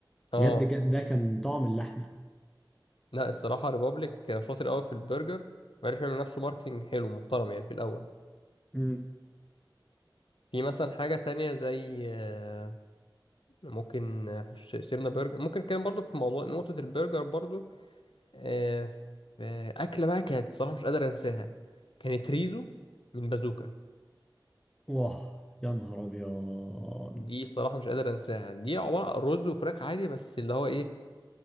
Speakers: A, on the left (about 75°); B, in the centre.
A: اه
B: بجد ج- ده كان طعم اللحمه
A: لا الصراحة ريبابليك شاطر قوي في البرجر وعرف يعمل نفسه ماركتنج حلو محترم يعني في الأول
B: امم
A: في مثلا حاجة تانية زي آه، ممكن آه، ش- سيبنا برجر ممكن كان برضه في موضوع نقطة البرجر برضه آه، في أكلة بقى كانت صراحة مش قادر أنساها كانت ريزو من بازوكا
B: واه يا نهار ابيض
A: دي صراحة مش قادر أنساها دي عبارة عن رز وفراخ عادي بس اللي هو إيه